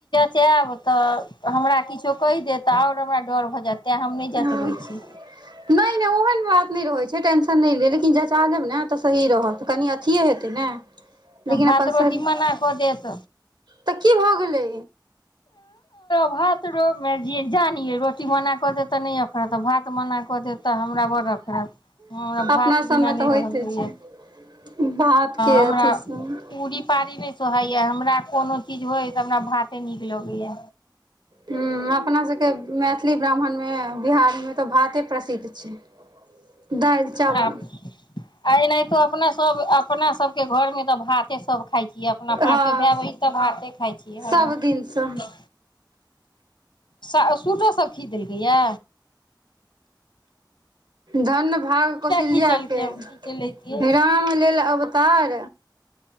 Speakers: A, on the left (about 75°); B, on the right (about 65°).
A: ताब तऽ हमरा किछो कहि देत तऽ आओर हमरा डर भऽ जायत तेँ हम नहि जँचबै
B: नहि
A: छी
B: नहि ओहन बात नहि रहै छै टेंश नहि लेब लेकिन जचा लेब ने तऽ सही रहत कनि अथियए हेतै ने लेकिन
A: भात
B: अपन
A: रोटी
B: शरीर
A: मना कऽ देत
B: तऽ की भऽ गेलै
A: भात र मे जान अइ रोटी मना क देत त ने‌ अखरत भात मना क देत हमरा बड़‌ अखरत हमरा भात
B: अपना सबमे
A: बिना नहि
B: तऽ होइते
A: रहल जायै
B: छै भातके
A: हमरा
B: अथीसँ हूँ
A: पूरी पाड़ी नहि सोहायै हमरा कोनो चीज होइ हमरा भाते नीक लगयै
B: हूँ अपनासँ मैथिली ब्राह्मण मे बिहारमे तऽ भाते प्रसिद्ध छै दालि चावल
A: ह आ आइ तो अपना सब अपना सबके घरमे सब भाते सब खाइ छै अपना पाँचो
B: हँ
A: भाय बहीन त भात खाइ छियै हँ
B: सब दिनसँ
A: सा सूटोसभ खीच देलकैए
B: धन्य भाग कौशल्या
A: खीचलकै
B: के
A: हम खीच लैतियै
B: राम लेल अवतार